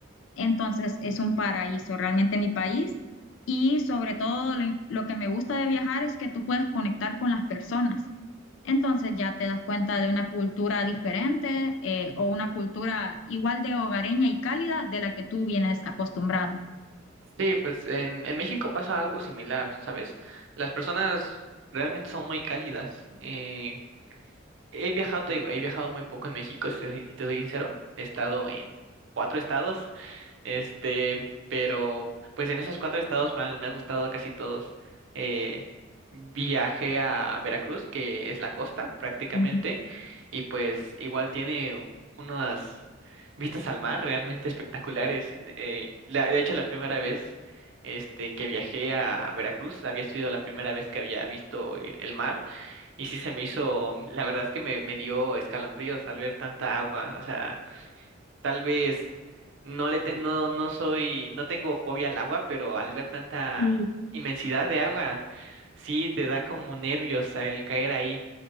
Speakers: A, on the left; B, on the right.
A: entonces es un paraíso realmente mi país y sobre todo lo, lo que me gusta de viajar es que tú puedes conectar con las personas. Entonces ya te das cuenta de una cultura diferente eh, o una cultura igual de hogareña y cálida de la que tú vienes acostumbrado.
B: Sí, pues en, en México pasa algo similar, ¿sabes? Las personas realmente son muy cálidas. Eh, he viajado, te digo, he viajado muy poco en México, si te soy si te soy sincero. He estado en cuatro estados Este, pero pues en esos cuatro estados me han, me han gustado casi todos. Eh, viajé a Veracruz, que es la costa prácticamente,
A: Ujú.
B: y pues igual tiene u- unas vistas al mar realmente espectaculares. Eh, la- de hecho, la primera vez este, que viajé a Veracruz había sido la primera vez que había visto eh, el mar, y sí se me hizo, la verdad es que me, me dio escalofríos al ver tanta agua, o sea. Tal vez no le te- no, no soy, no tengo fobia al agua, pero al ver tanta
A: Y
B: inmensidad de agua, sí te da como nervios al caer ahí.